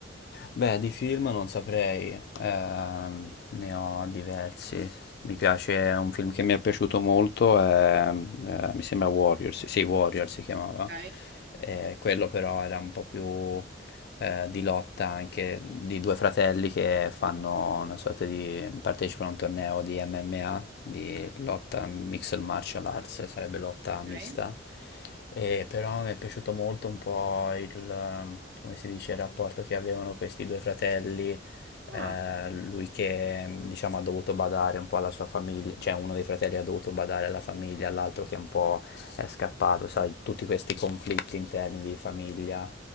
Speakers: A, on the left; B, on the right.
A: Beh, di film non saprei, ehm, ne ho diversi. Mi piace, un film che mi è piaciuto molto è, eh, mi sembra Warriors, sì, Warriors si chiamava.
B: Ok,
A: Eh, quello però era un po' più eh, di lotta anche di due fratelli che fanno una sorta di, partecipano a un torneo di MMA, di lotta Mixed Martial Arts, sarebbe lotta
B: ok.
A: mista E però mi è piaciuto molto un po' il, come si dice, il rapporto che avevano questi due fratelli, eh,
B: Ah,
A: lui che diciamo ha dovuto badare un po' alla sua famiglia, cioè uno dei fratelli ha dovuto badare alla famiglia, l'altro che un po' è scappato, sai, tutti questi conflitti interni di famiglia,